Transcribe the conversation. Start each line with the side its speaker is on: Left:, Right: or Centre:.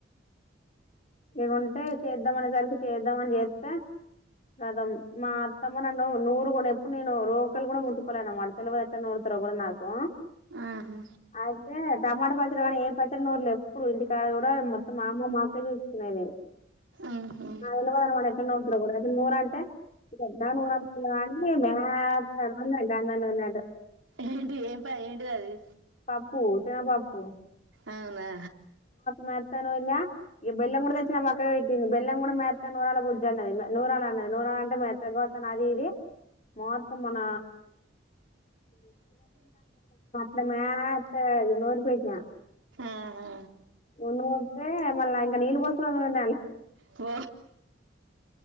Left: వంటే చేద్దామనే సరికి చేద్దామని చేత్తే గదం మా అత్తమ్మ నన్ను నూరు గూడా ఎప్పుడు నేను రోకలు గుడా ముట్టుకోలా నామడతలు గుడనెట్ట నూడతారు కూడా నాకు,
Right: ఆహా
Left: ఆ అయితే టమాటా పచ్చడి కానీ ఏ పచ్చడి నూర్లే ఎప్పుడు, ఇంటికాడా గుడా మొత్తం మా అమ్మ మాక్కే చూ <unintelligible>
Right: ఆహా
Left: అంటే <unintelligible>
Right: ఏంటి ఏం ప ఏంటిటది
Left: పబూ చెనబబూ
Right: అవునా
Left: మెత్త నుయింగ ఈ బెల్లం గుడ తెచ్చిన పక్క పెట్టింది బెల్లం గూడా మెత్త నూరాల బుజ్ అన్నది నూరాలన్నది నూరాల అంటే మెత్త గత అది ఇది మొత్తం మన <inaudible> మాత నూరు పోయిక
Right: ఆహా
Left: ఉన్నూతే మళ ఇంక నీళ్ళ పోసుకున్నాల
Right: పో